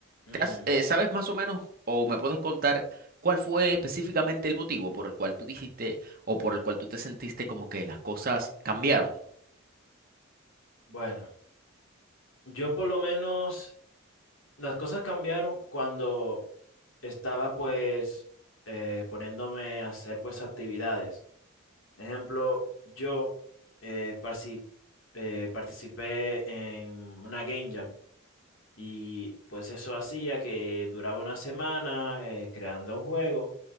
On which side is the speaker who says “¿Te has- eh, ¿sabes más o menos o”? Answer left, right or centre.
Right